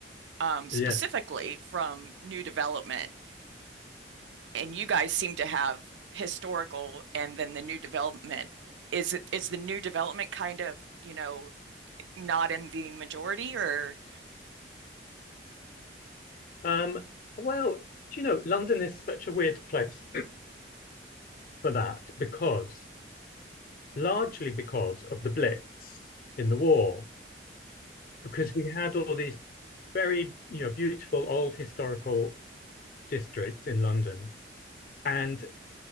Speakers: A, on the right; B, on the left.
A: um specifically
B: yeah.
A: from new development. and you guys seem to have historical and then the new development. Is it is the new development kind of, you know, not in the majority or
B: Um, well, do you know, London is such a weird place for that because largely because of the Blitz in the war, because we had all these very you know beautiful old historical districts in London, and